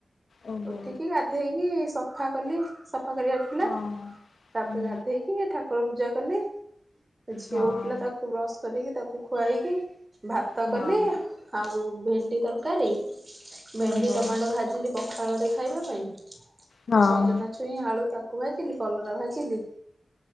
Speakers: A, on the left (about 80°); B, on the right (about 30°).
A: ଓହୋ
B: ଉଠିକି ଗାଧୋଇକି ସଫା କଲି ସ ସଫା କରିବାର ଥିଲା
A: ହଁ
B: ତାପରେ
A: ହୁଁ
B: ଗାଧେଇକି ଏ ଠାକୁ ଠାକୁର ପୂଜା କଲି ଝିଅ
A: ହଁ
B: ଉଠିଲା ତାକୁ ବ୍ରସ କରିକି ତାକୁ ଖୁଆଇକି ଭାତ
A: ହଁ
B: କଲି ଆଉ ଭେଣ୍ଡି ତରକାରୀ। ଭେଣ୍ଡି
A: ଓହୋ
B: ଟମାଟ ଭାଜି ପଖାଳ ଦେଇ ଖାଇବା ପାଇଁ।
A: ହଁ
B: ସଜନା ଛୁଇଁ ଆଳୁ ତାକୁ କୁ ଭାଜିଲି କଲରା ଭାଜିଲି।